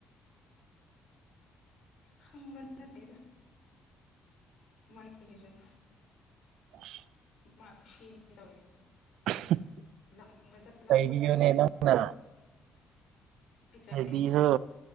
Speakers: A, on the left (about 70°); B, on the right (about 85°).
A: ꯈꯪꯝꯕ ꯅꯠꯇꯦꯗ ꯃꯣꯏ ꯌꯦꯁꯨ
B: ꯑꯣ
A: ꯃꯥ ꯈꯨꯁꯤꯅꯤ ꯇꯧꯔꯤꯁꯦ
B: <inaudible>
A: ꯂꯅꯤꯡ
B: ꯆꯩꯕꯤꯌꯨꯅꯦ
A: ꯂꯥꯛꯅꯤꯡ
B: ꯅꯪꯅ
A: ꯔꯗꯤ ꯁ
B: ꯆꯩꯕꯤꯈ꯭ꯔꯣ